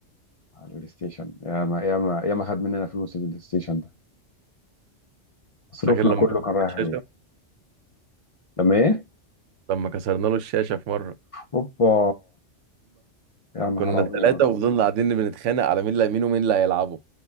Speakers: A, on the left; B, on the right.
A: على البلاي ستيشن يا ما يا ما يا ما خد مننا فلوس البلاي ستيشن ده مصروفنا
B: فاكر لما
A: كله
B: كسرنا
A: كان رايح
B: الشاشة
A: عليه لما ايه
B: لما كسرنا له الشاشة في مرة
A: هوبا يا نهار
B: كنا
A: ابيض
B: ثلاثة وفضلنا قاعدين بنتخانق على مين اللي مين ومين اللي هيلعبوا